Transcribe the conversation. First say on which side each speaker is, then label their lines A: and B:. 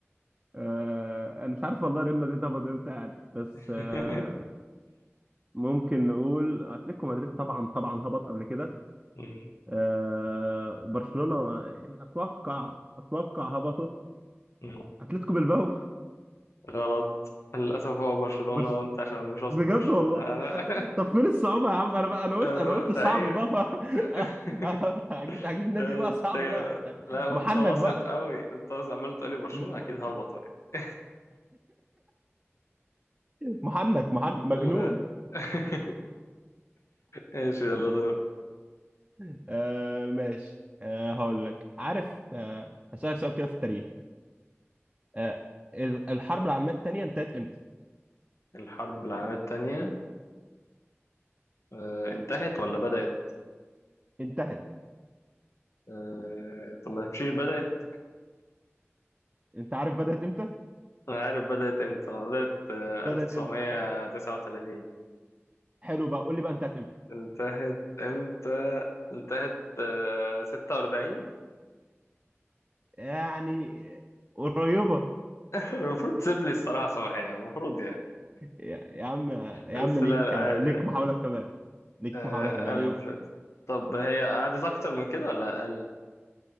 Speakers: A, on the right; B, on the left.
A: آه، انا مش عارف والله ريال مدريد هبط امتى يعني بس
B: <laughs>
A: آه، ممكن نقول اتلتيكو مدريد طبعا طبعا هبط قبل كده
B: مم.
A: آه، برشلونة يعني اتوقع اتوقع هبطوا
B: مم.
A: اتلتيكو بالباو
B: غلط للأسف هو برشلونة
A: برش...
B: وأنت عشان مش واثق
A: بجد
B: في برشلونة
A: والله
B: أنا
A: أت- طب فين الصعوبة يا عم انا بقى
B: <laughs>
A: انا قلت
B: أنا
A: انا قلت صعب
B: أيوة
A: بقى ف...
B: <laughs>
A: <laughs> هجيب هجيب نادي
B: أنت
A: بقى صعب بقى
B: لا
A: محنك
B: وأنت واثق
A: بقى
B: أوي وأنت واثق عمال تقولي برشلونة
A: م... م-
B: أكيد هبطوا يعني
A: محنك محنك مجنون
B: لا <laughs> ماشي يلا دور
A: <laughs> آه ماشي آه هقول لك عارف آه هسألك سؤال كده في التاريخ آه، ال- الحرب العالميه الثانيه انتهت امتى
B: الحرب العالمية التانية آه، انتهت ولا بدأت؟
A: انتهت
B: آه، طب ما تمشيش بدأت
A: انت عارف بدات امتى
B: أنا عارف بدأت إمتى بدأت آه،
A: بدات
B: 1939
A: امتى حلو بقى قول لي بقى انتهت امتى
B: انتهت إمتى؟ انتهت آه، 46
A: يعني قريبه
B: المفروض تسيب لي الصراحة صباحية المفروض يعني
A: يا يا عم يا
B: بس
A: عم ليك
B: لا لا مم.
A: ليك
B: عادي عادي.
A: محاوله كمان ليك
B: آه
A: محاوله كمان
B: ألف
A: يا عم
B: طب هي قعدت أكتر من كده ولا أقل؟